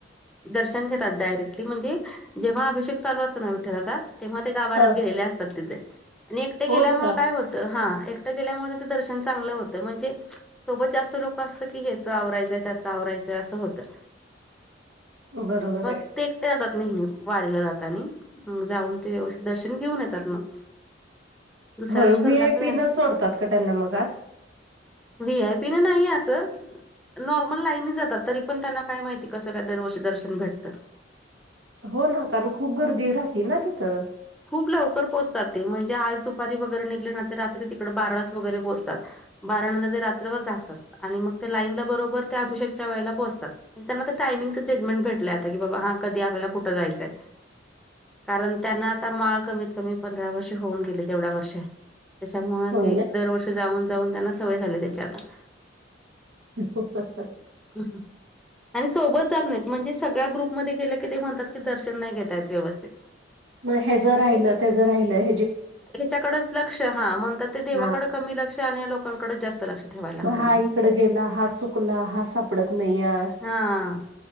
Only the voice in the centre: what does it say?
दर्शन घेतात डायरेक्टली म्हणजे जेव्हा अभिषेक चालू असत ना विठल आता तेव्हा ते गाभारात
गेलेले असतात, तिथे आणि एकटे गेल्यामुळे
काय होत त हा, एकटं गेल्यामुळे ते दर्शन चांगलं होतं म्हणजे सोबत जास्त लोकं असलं की ह्याचं आवरायचंय त्याचं आवरायचंय असं होतं.
मग
ते एकटे जातात नेहमी वारीला जातानी, जाऊन ते दर्शन घेऊन येतात मग. दुसऱ्या
दिवशी
संध्याकाळी
आले
व्ही. आय. पी. नं नाही असं नॉर्मल लाईननच जातात, तरी पण त्यांना काय माहिती कसं काय दरवर्षी दर्शन भेटतं?
खूप लवकर पोचतात ते, म्हणजे आज दुपारी वगेरे निघले ना तर रात्री तिकडे बाराच वगेरे पोचतात. बाराणंद ते रात्रभर जागतात आणि मग त्या लाईनला बरोबर त्या अभिषेकच्या वेळेला पोचतात. त्यांना तर टायमिंगच जजमेंट भेटलंय आता की बाबा हा कधी आपल्याला कुठं जायचंय. कारण त्यांना आता माळ कमीत कमी पंधरा वर्ष होऊन गेले तेवढ्या वर्ष. त्याच्यामुळं
ते
दरवर्ष जाऊन जाऊन त्यांना सवय झाली त्याची आता.
ह ह आन सोबत जात नाहीत, म्हणजे सगळ्या ग्रुपमध्ये गेले की ते म्हणतात की, दर्शन नाही घेतायेत व्यवस्तित.
याच्याकडच लक्ष. हा, म्हणतात ते देवाकडे
कमी लक्ष आणि लोकांकडेच जास्त लक्ष. ठेवायला लागतं
हाआ